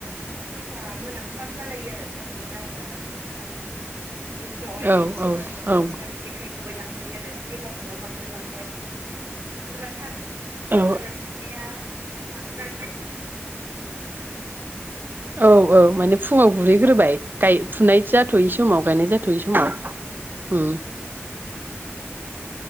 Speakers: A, on the right; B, on the right.
A: सइथा मोनाफ्राम जालायो आरो थाब गनो नागिरा बिनि थाखायनो बे फुङावहाय
B: औ
A: सोरबा
B: औ
A: सोरबा बांसिनानो
B: औ
A: जेखाइ खबाइ लां बायो आरो बेलासियाव बांद्रायलां <unintelligible> सोरबा थाब सिगांग्रो
B: औ
A: थांनाया लांग्रोन <unintelligible>
B: औ औ माने फुङाव गुरहैग्रोबाय गाय फुनाय जाथ'यै समाव
A: औ
B: गायनाय जाथ'यै समाव
A: औ
B: उम